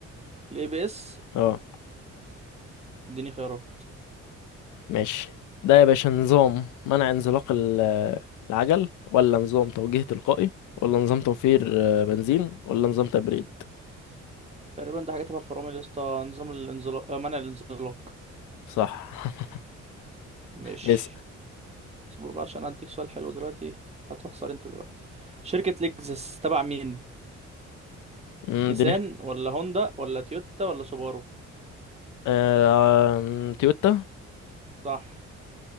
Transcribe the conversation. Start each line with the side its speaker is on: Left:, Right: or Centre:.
Right: الاي بي اس
Left: اه
Right: اديني خيارات
Left: ماشي ده يا باشا نظام منع انزلاق ال- العجل ولا نظام توجيه تلقائي ولا نظام توفير آه، بنزين ولا نظام تبريد
Right: تقريبا ده حاجه تبع الفرامل يا اسطى نظام الانزلاق آه، منع الانزلاق
Left: صح <laughs>
Right: مش
Left: اسأل
Right: اصبر بقى عشان هديك سؤال حلو دلوقتي هتخسر انت دلوقتي شركه لexus تبع مين
Left: أمم،
Right: نيسان
Left: اديني اخت-
Right: ولا هوندا ولا تويوتا ولا سوبارو
Left: آه، آم، تويوتا
Right: صح